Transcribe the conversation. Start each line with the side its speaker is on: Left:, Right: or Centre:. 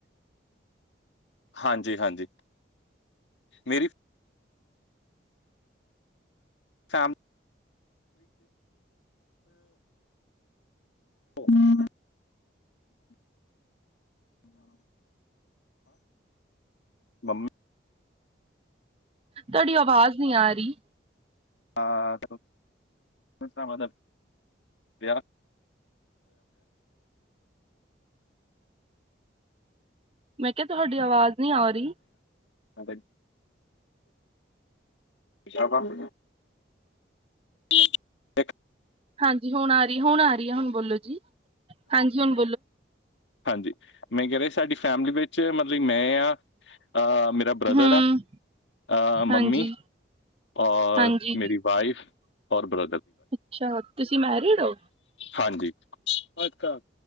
Left: ਹਾਂਜੀ, ਹਾਂਜੀ। ਮੇਰੀ ਸ ਹੂੰ ਹੂੰ
Right: ਤੁਹਾਡੀ ਆਵਾਜ਼ ਨਹੀਂ ਆ ਰਹੀ,
Left: ਓਏ ਭਰਾਵਾਂ ਦਾ ਖੇਲੈ
Right: ਮੈਂ ਕਿਹਾ ਤੁਹਾਡੀ ਆਵਾਜ਼ ਨਹੀ ਆ ਰਹੀ
Left: ਹ ਸ਼ਾਬਾਸ ਇਕ
Right: ਹਾਂਜੀ ਹੁਣ ਆ ਰਹੀ ਹੁਣ ਆ ਰਹੀ ਐ ਹੁਣ ਬੋਲੋ ਜੀ ਹਾਂਜੀ ਹੁਣ
Left: ਹਾਂਜੀ, ਲਾਲ ਸਾਡੀ ਫੈਮਲੀ ਵਿੱਚ ਮਤਲਬ ਮੈਂ ਆ ਮੇਰਾ ਬ੍ਰਦਰ
Right: ਹਮ
Left: ਆ, ਮੰਮੀ
Right: ਹਾਂਜੀ
Left: ਔਰ
Right: ਹਾਂਜੀ
Left: ਮੇਰੀ ਵਾਈਫ ਔਰ ਬ
Right: ਅੱਛਾ ਤੁਸੀਂ ਮੈਰਿਡ ਹੋ
Left: ਹਾਂਜੀ ਅੱਛਾ